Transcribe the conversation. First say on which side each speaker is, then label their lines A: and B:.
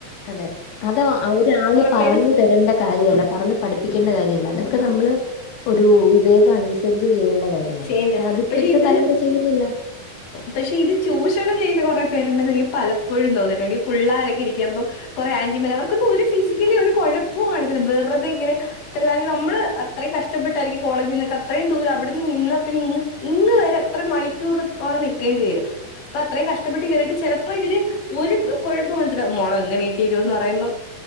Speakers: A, on the left; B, on the left.
A: അതെ അതാ അ ഒരാള്
B: ഉറപ്പായിട്ടും
A: പറഞ്ഞു തരേണ്ട കാര്യല്ല പറഞ്ഞു പഠിപ്പിക്കണ്ട കാര്യല്ല അതൊക്കെ നമ്മള് ഒരു വിവേകം അനുസരിച്ച് ചെയ്യേണ്ട കാര്യമാണ്
B: ചെയ്യേണ്ടത്
A: പക്ഷെ അതിപ്പോഴത്തെ
B: ഇത്
A: തലമുറ ചെയ്യുന്നില്ല
B: പക്ഷെ ഇത് ചൂഷണം ചെയ്യുന്ന കൊറേ പേരുണ്ടെന്ന് എനിക്ക് പലപ്പോഴും തോന്നിട്ടുണ്ട് ഈ പുള്ളോരൊക്കെ ഇരിക്കുമ്പോ കൊറെ ആന്റിമാര് അവർക്കൊന്നും ഒരു ഫിസിക്കലി ഒരു കുഴപ്പോം കാണത്തില്ല വെറുതെ ഇങ്ങനെ ഇത്രയും നാള് നമ്മള് അത്രയും കഷ്ടപ്പെട്ടായിരിക്കും കോളേജിന്നൊക്കെ അത്രയും ദൂരം അവിടുന്ന് നിന്നാ പിന്നെ ഇങ് ഇങ് വരെ അത്ര മണിക്കൂർ ഓടെ നിക്കേണ്ടി വരും അപ്പൊ അത്രയും കഷ്ടപ്പെട്ട് കേറിട്ട് ചിലപ്പോ ഇവര് ഒരു കൊഴപ്പം കാണത്തില്ല മോളെ ഒന്ന്ണീറ്റരുവോ എന്ന് പറയുമ്പം